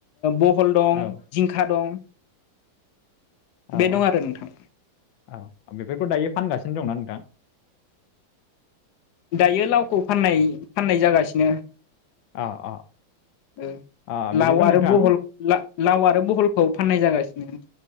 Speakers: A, on the left; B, on the left.
A: भल दं
B: औ
A: जिंखा दं।
B: औ-औ-औ
A: बे दं आरो नोंथां
B: बेफोरखौ दायो फानगासिनो दंना नोंथां।
A: दायो लावखौ फाननाय फाननाय जागासिनो।
B: अ अ
A: ओ
B: अ बिदिब्ला
A: लाव
B: नोंथां
A: आरो बहल लाव आरो बहलखौ फाननाय जागासिनो। उ।